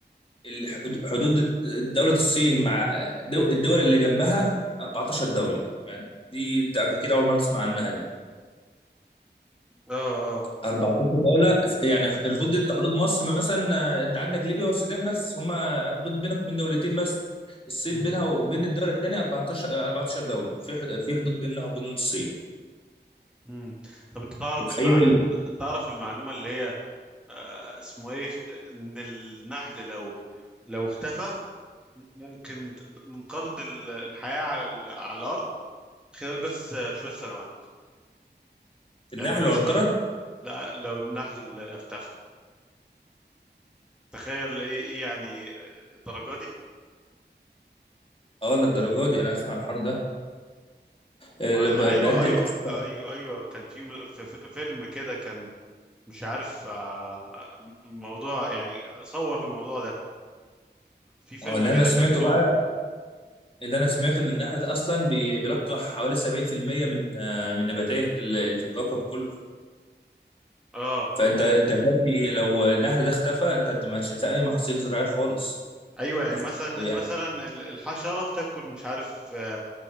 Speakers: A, on the left; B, in the centre.
A: الحد- حدود دولة الصين مع دو... الدول اللي جنبها 14 دولة يعني دي ده كده اول مرة تسمع عنها دي
B: اه اه
A: 14 دولة يعني المفروض انت حدود مصر مثلا آه، انت عندك ليبيا والسودان بس هم حدود بينك وبين دولتين بس الصين
B: مم.
A: بينها وبين الدولة الثانية 14 آه، 14 دولة في ح- في حدود بينها وبين الصين
B: مم. طب انت تعرف
A: متخيل
B: المعل...
A: ال-
B: تعرف المعلومة اللي هي آه اسمه ايه ان النحل لو لو اختفى ممكن ت- من قرض ال- الحياة على ال- على الأرض خلال بس آه، شوية سنوات
A: النحل
B: يعني ما
A: لو
B: فيش
A: انقرض
B: بقى لا لو النحل اختفى تخيل ايه إيه يعني آه، الدرجة دي
A: اه للدرجه دي انا اسمع الحوار ده اللي
B: مع-
A: ب-
B: ايوه
A: بيأدي
B: ايوه
A: الكسل.
B: ايوه ايوه كان في م- في- في فيلم كده كان مش عارف آه، الموضوع يعني صور الموضوع ده في فيلم
A: هو اللي
B: كده
A: انا سمعته
B: كرتوني
A: بقى اللي انا سمعته ان النحل ده اصلا بي- بيلقح حوالي 70% من آه، من النباتات اللي اللي في الكوكب كله
B: اه
A: فانت انت دلوقتي لو النحل ده اختفى انت أنت مش هتلاقي اي محاصيل زراعيه خالص
B: ايوه يعني
A: تف-
B: مثلا
A: يعني-
B: مثلا ال- الحشرة بتاكل مش عارف آه،